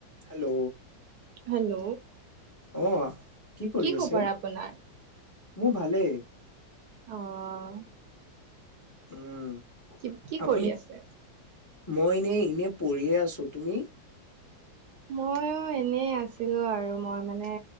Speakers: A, on the left (about 20°); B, on the right (about 70°).
A: Hello
B: hello
A: অহ, কি কৰি
B: খবৰ
A: আছে?
B: আপোনাৰ?
A: মোৰ ভালেই
B: আহ।
A: উম।
B: কি- কি
A: আপুনি
B: কৰি আছে?
A: মই এনেই এনে পঢ়িয়ে আছো তুমি?
B: মইয় এনেই আছিলো আৰু মই মানে